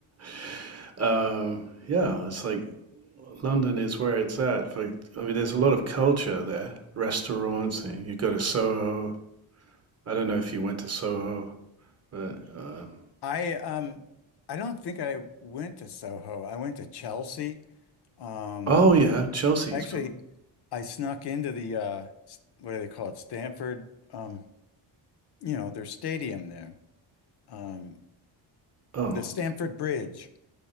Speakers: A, on the right (about 35°); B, on the left (about 55°).
A: <laughs> um, yeah, it's like London is where it's at. For I mean, there's a lot of culture there. Restaurants. and You go to Soho. I don't know if you went to Soho, but um,
B: I um I don't think I went to Soho. I went to Chelsea. Um
A: oh yeah, Chelsea
B: actually
A: is cool.
B: I snuck into the uh s- what do they call it? Stamford um you know, their stadium there. Um
A: Oh,
B: the Stamford Bridge,